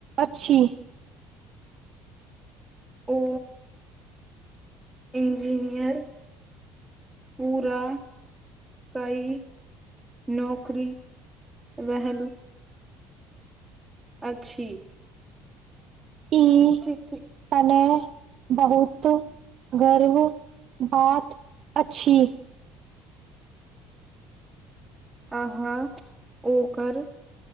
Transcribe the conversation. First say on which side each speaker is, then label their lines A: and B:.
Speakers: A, on the right; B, in the centre.
A: अछि
B: ओ इंजीनियर पूरा कई नौकरी रहल अछि
A: ई
B: ठीक ठीक
A: कने बहुत गर्व बात अछि
B: अहाँ ओकर